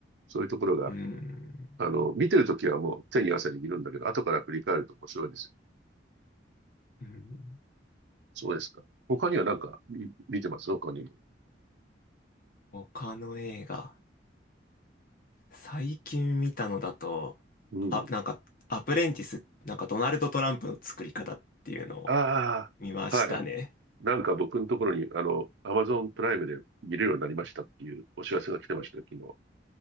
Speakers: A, on the right; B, on the left.
A: そういうところが、
B: うん、
A: あの、見てるときはもう手に汗握るんだけど、後から振り返ると面白いですよね
B: うん、
A: そうですか。他にはなんかみ見てます他にも。
B: 他の映画。最近見たのだと、
A: うん。
B: あ、なんか、アプレンティス、なんかドナルド・トランプの作り方っていうのを
A: ああ、
B: 見ましたね。
A: はい。なんか僕のところに、あの、アマゾンプライムで見れるようになりましたっていうお知らせが来てました、昨日。